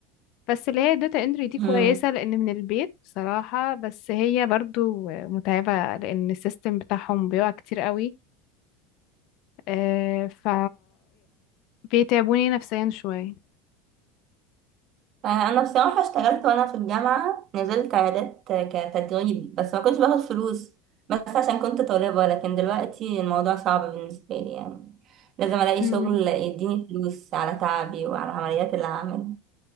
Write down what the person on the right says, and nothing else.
مم.
انا بصراحه اشتغلت وانا في الجامعه نزلت عيادات كتدريب بس ما كنتش باخد فلوس بس عشان كنت طالبه لكن دلوقتي الموضوع صعب بالنسبه لي يعني لازم الاقي
شغل يديني فلوس على تعبي وعلى العمليات اللي هعملها